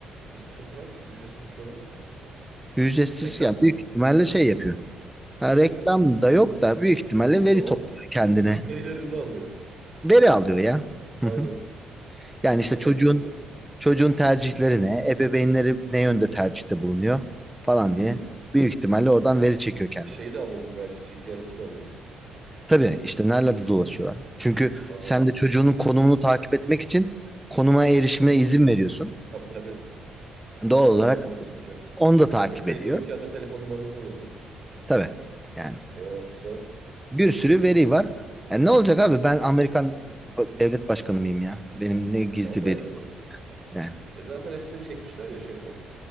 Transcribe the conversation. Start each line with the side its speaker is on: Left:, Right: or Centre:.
Right: Bir sıkıntı var çünkü ücretsiz bir şey olamaz ya.
Centre: Ücretsiz
Right: Reklam
Centre: yani
Right: mı
Centre: büyük
Right: var?
Centre: ihtimalle şey yapıyor. Ha,
Right: Reklam.
Centre: reklam da yok da büyük ihtimalle
Right: O
Centre: veri
Right: zaman
Centre: topluyor
Right: sizin
Centre: kendine.
Right: verilerinizi alıyor.
Centre: Veri alıyor ya. Hı
Right: Aynen.
Centre: hı. Yani
Right: Onları
Centre: işte çocuğun
Right: başkalarına satıyor. bu.
Centre: çocuğun tercihleri ne, ebeveynleri ne yönde tercihte bulunuyor falan
Right: Hmm.
Centre: diye büyük ihtimalle oradan veri çekiyor kendine.
Right: Şey de alıyordur belki GPRS'i de alıyordur.
Centre: Tabii işte nerelerde dolaşıyorlar. Çünkü
Right: Ha,
Centre: sen de çocuğunun konumunu takip etmek için konuma erişimine izin veriyorsun.
Right: tabii tabii.
Centre: Doğal olarak
Right: Oradan da alacak.
Centre: onu da takip
Right: E, kayıt
Centre: ediyor.
Right: olurken de telefon numaranızı alıyordur.
Centre: Tabii yani.
Right: Oo güzel.
Centre: Bir sürü veri var. Yani ne olacak abi ben Amerikan devlet başkanı mıyım ya? Benim ne gizli
Right: Ya o da
Centre: verim
Right: ayrı konu.
Centre: yani.
Right: E zaten hepsini çekmişler ya şeyde.